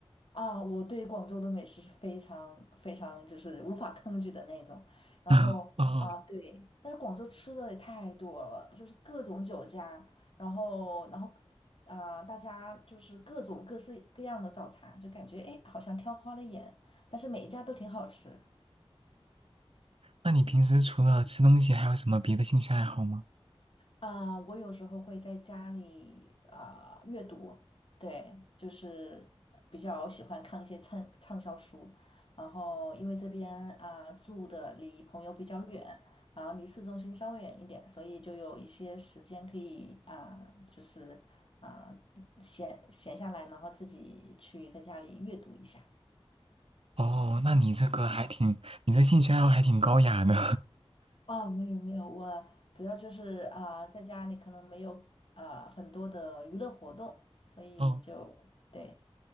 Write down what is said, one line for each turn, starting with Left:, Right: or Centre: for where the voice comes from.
Left: 啊，我对广州的美食是非常非常就是无法抗拒的那种。然后啊，
Right: <laughs> 哦，
Left: 对，但是广州吃的也太多了，就是各种酒家，然后然后啊，大家就是各种各式各样的早茶，就感觉哎，好像挑花了眼，但是每一家都挺好吃。
Right: 那你平时除了吃东西，还有什么别的兴趣爱好吗？
Left: 啊，我有时候会在家里啊、阅读，对，就是比较喜欢看一些畅畅销书。然后因为这边啊、住的离朋友比较远，然后离市中心稍微远一点，所以就有一些时间可以啊、就是啊、闲闲下来，然后自己去在家里阅读一下。
Right: 哦，那你这个还挺，你这兴趣爱好还挺高雅的。
Left: 哦，没有没有，我主要就是啊、在家里可能没有啊很多的娱乐活动，所以就对。
Right: <laughs> 哦。